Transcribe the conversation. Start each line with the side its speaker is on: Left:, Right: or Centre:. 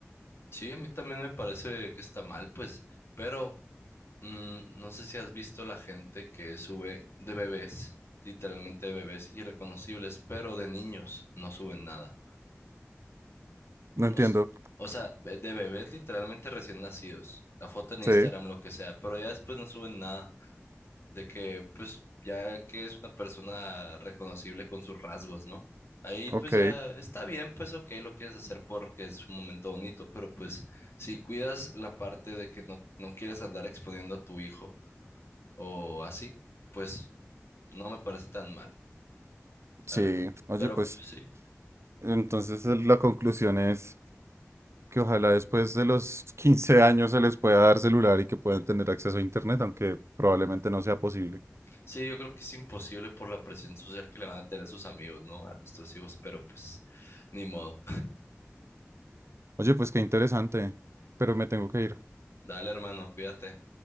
Left: Sí, a mí también me parece que está mal, pues, pero Mm, no sé si has visto la gente que sube de bebés, literalmente de bebés irreconocibles, pero de niños no suben nada.
Right: No
Left: No
Right: entiendo.
Left: s- o sea, be- de bebés literalmente recién nacidos. La foto en Instagram,
Right: Sí,
Left: lo que sea, pero ya después no suben nada. De que, pues, ya que es una persona reconocible con sus rasgos, ¿no? Ahí pues
Right: ok,
Left: ya está bien, pues ok, lo quieres hacer porque es un momento bonito, pero pues si cuidas la parte de que no, no quieres andar exponiendo a tu hijo o así, pues no me parece tan mal, la
Right: sí.
Left: verdad.
Right: Oye,
Left: Pero
Right: pues
Left: pues sí,
Right: entonces el- la conclusión es que ojalá después de los 15 años se les pueda dar celular y que puedan tener acceso a internet, aunque probablemente no sea posible.
Left: sí, yo creo que es imposible por la presión social que le van a tener sus amigos, ¿no? A nuestros hijos, pero pues ni modo.
Right: Oye, pues qué interesante, pero me tengo que ir.
Left: <laughs> Dale, hermano, cuídate.